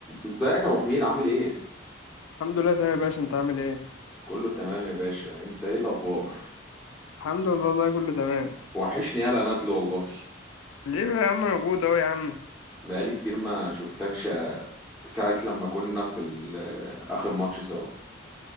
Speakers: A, in the centre; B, on the left.
A: ازيك يا ابو حميد عامل ايه
B: الحمد لله تمام يا باشا انت عامل ايه
A: كله تمام يا باشا انت ايه الاخبار
B: الحمد لله والله كله تمام
A: وحشني يالا ندل والله
B: ليه بقى يا عم انا موجود اهو يا عم
A: بقالي كتير ما شفتكش ساعة لما كنا في ال- اخر ماتش سوا